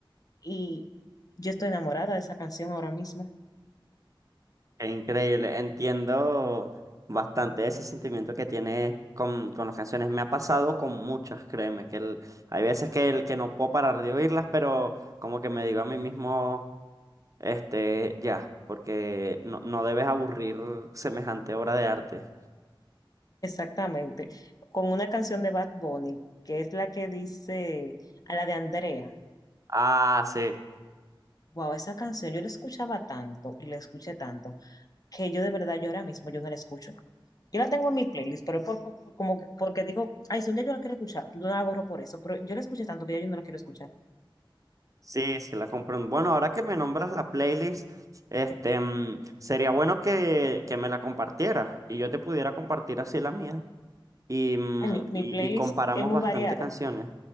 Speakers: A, on the left; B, on the right.
A: y yo estoy enamorada de esa canción ahora mismo.
B: Es increíble, entiendo bastante ese sentimiento que tiene con, con las canciones. Me ha pasado con muchas, créeme, que el- hay veces que, el, que no puedo parar de oírlas, pero como que me digo a mí mismo, este, ya, porque no, no debes aburrir semejante obra de arte.
A: Exactamente, con una canción de Bad Bunny, que es la que dice a la de Andrea.
B: Ah, sí.
A: Wow, esa canción yo la escuchaba tanto y la escuché tanto que yo de verdad yo ahora mismo yo no la escucho. Yo la tengo en mi playlist, pero por, por- por- como que- porque digo, ay, si un día yo la quiero escuchar, no la borro por eso, pero yo la escuché tanto que ya yo no la quiero escuchar.
B: Sí, sí la compré. Bueno, ahora que me nombras la playlist, este, mm, sería bueno que, que me la compartieras y yo te pudiera compartir así la mía y, mm,
A: Ay, mi, mi
B: y,
A: playlist
B: y comparamos
A: es muy
B: bastante
A: variada.
B: canciones.